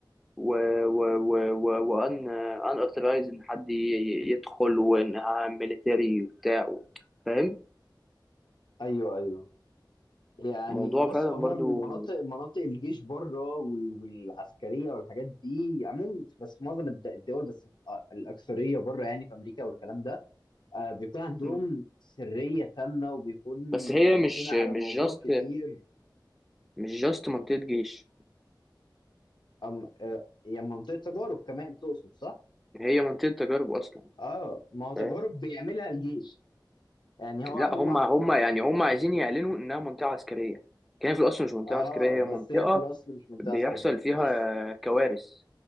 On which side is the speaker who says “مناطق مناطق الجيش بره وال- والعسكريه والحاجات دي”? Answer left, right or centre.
Left